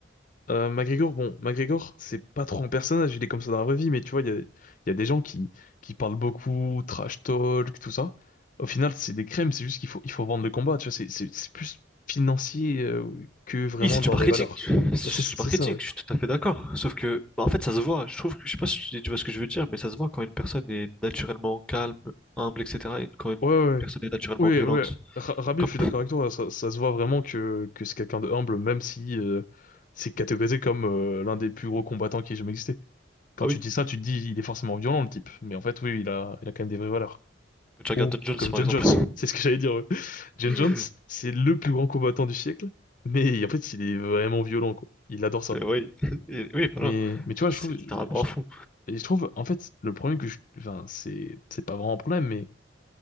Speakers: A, on the left; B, in the centre.
A: Euh, McGregor, bon, McGregor, c'est pas trop un personnage, il est comme ça dans la vraie vie, mais tu vois, il y a, il y a des gens qui, qui parlent beaucoup, trash talk, tout ça. Au final, c'est des crèmes, c'est juste qu'il faut, il faut vendre le combat, tu vois, c'est c'est- c'est plus financier euh, que vraiment
B: Oui, c'est
A: dans
B: du marketing.
A: les valeurs.
B: C'est
A: Ouais, C'est c'est
B: du marketing,
A: ça, ouais.
B: je suis tout à fait d'accord. Sauf que, bah, en fait, ça se voit. Je trouve que, je sais pas si tu, tu vois ce que je veux dire, mais ça se voit quand une personne est naturellement calme, humble, etc. et quand une
A: Ouais, ouais,
B: personne est naturellement
A: ouais,
B: violente.
A: ouais. ouais. Ra- Rabib,
B: Comme,
A: je suis d'accord avec toi, ça, ça se voit vraiment que, que c'est quelqu'un de humble, même si euh, c'est catégorisé comme euh, l'un des plus gros combattants qui ait jamais existé. Quand
B: ah
A: tu
B: oui,
A: dis ça, tu te dis, il est forcément violent, le type, mais en fait, oui, il a, il a quand même des vraies valeurs.
B: quand tu regardes
A: Ou
B: Don Jones,
A: comme
B: par
A: John
B: exemple.
A: Jones, <laughs> c'est ce que j'allais dire. ouais. John
B: <laughs>
A: Jones, c'est le plus grand combattant du siècle, mais en fait, il est vraiment violent, quoi. Il adore ça.
B: Mais oui, et- oui, voilà.
A: Mais, mais tu vois, je
B: C'est
A: trouve,
B: littéralement
A: je, je-
B: fou.
A: et je trouve, en fait, le problème que je, enfin, c'est, c'est pas vraiment un problème, mais